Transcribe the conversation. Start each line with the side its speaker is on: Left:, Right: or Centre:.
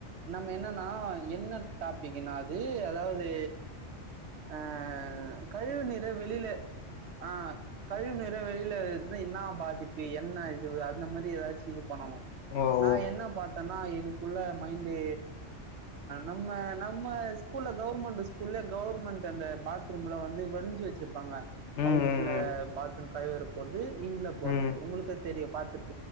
Right: நம்ம என்னன்னா என்ன டாப்பிக்னா அது அதாவது ஆ கழிவு நீர வெளியில ஆ கழிவு நீர் வர வழியில என்னா பாதிப்பு என்ன இது அந்த மாதிரி ஏதாச்சு பண்ணணு
Left: ஓ
Right: நா
Left: ஓ
Right: என்ன பார்த் த்தனா எனக்குள்ள மைண்ட் நம்ம நம்ம ஸ்கூல்ல கவர்மெண்ட் ஸ்கூல்ல கவர்மெண்ட் அந்த பாத்ரூம்ல வந்து வரிஞ்சு வச்சிரு ருப்பாங்க
Left: ம்
Right: அவுட்ல
Left: ம் ம்
Right: பாத்ரூம் கை வேற போண்டு இன்ல போறது
Left: ம்
Right: உங்களுக்கே தெரியு பாத்துருக்